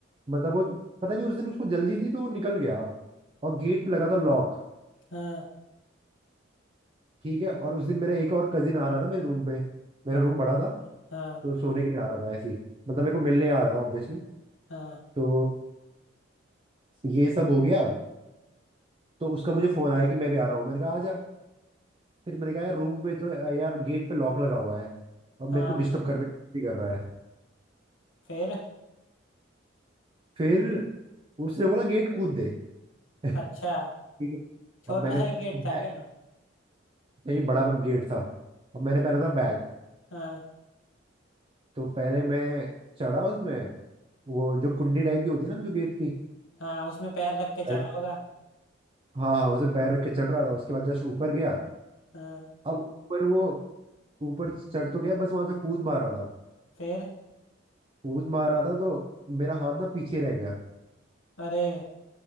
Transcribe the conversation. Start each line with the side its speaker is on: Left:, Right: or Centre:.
Right: मतलब वो पता नहीं उस दिन उसको जल्दी थी तो वो निकल गया और गेट पे लगा था लॉक
Left: हाँ
Right: ठीक है और उस दिन मेरा एक और कजिन आ रहा था मेरे रूम पे मेरा
Left: अ-
Right: रूम बड़ा था
Left: हाँ
Right: तो सोने के लिए आ रहा था ऐसे ही मतलब मेरे को मिलने आ रहा था ऑब्वियसली
Left: हाँ
Right: तो ये सब हो गया तो उसका मुझे फोन आया कि मैं भी आ रहा हूँ मैंने कहा आ जा फिर मैंने कहा यार रूम पे तो यार गेट पे लॉक लगा हुआ है और मेरे
Left: हाँ
Right: को डिस्टर्ब करने भी कर रहा है
Left: फिर
Right: फिर उसने बोला गेट कूद दे <laughs>
Left: अच्छा
Right: ठीक है
Left: छोटा
Right: अब मैंने
Left: सा
Right: बैग-
Left: ही गेट था क्या
Right: नहीं बड़ा गेट था अब मैंने पहना था बैग
Left: हाँ
Right: तो पहले मैं चढ़ा उसमें वो जो कुंडी टाइप की होती है ना जो गेट की
Left: हाँ उसमें पैर रख के
Right: पैर-
Left: चढ़ा होगा
Right: हाँ हाँ उसमें पैर रख के चढ़ रहा था उसके बाद जस्ट ऊपर गया
Left: हाँ
Right: अब ऊपर वो ऊपर चढ़ तो गया बस वहां से कूद मार रहा था
Left: फिर
Right: कूद मार रहा था तो मेरा हाथ ना पीछे रह गया
Left: अरे